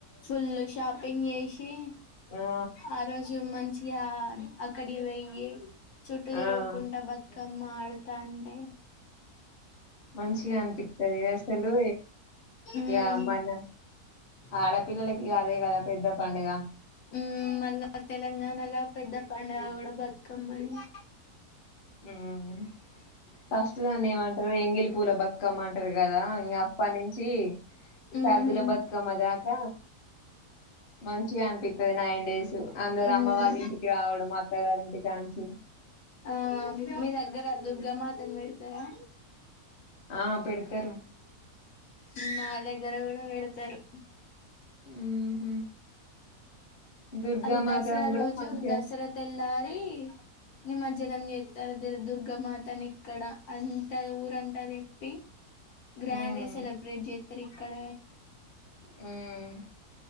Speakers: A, on the left; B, on the left.
A: ఫుల్లు షాపింగ్ జేశి
B: ఆ
A: ఆ రోజు మంచిగ అక్కడికి బొయ్యి చుట్టూ
B: ఆ
A: తిరుగుకుంట బతుకమ్మ ఆడుతాంటే
B: మంచిగ అనిపిత్తదిగ అసలు
A: ఉమ్
B: అమ్మన ఆడపిల్లలకిగదే గద పెద్ద పండగ
A: మ్ మళ్ళ తెలంగాణలో పెద్ద పండగ గూడ బతుకమ్మనే
B: ఉమ్ ఫస్ట్ దాన్ని ఏమంటారు ఎంగిలి పూల బతుకమ్మంటరు గదా ఇంగ పనించి
A: ఉమ్
B: సర్దుల బతుకమ్మ దాక మంచిగ అనిపిత్తది నైన్ డేస్ అందరు
A: ఉమ్
B: అమ్మ వాల్లింటికి రావడం అత గారింటి కాంచి
A: ఆ మీ దగ్గర దుర్గ మాతను పెడతారా
B: ఆ పెడతారు
A: హ్మ్ మా దగ్గర గూడ పెడతరు
B: ఉహు దుర్గామాత
A: అది దసరా
B: కూడా
A: రోజు
B: మంచిగా
A: దసరా తెల్లారి నిమజ్ జనం జెత్తారు ద దుర్గామాతని ఇక్కడ అంత ఊరంతా తిప్పి గ్రాండ్
B: ఉమ్
A: గా సెలబ్రేట్ జేత్తారిక్కడ
B: ఉమ్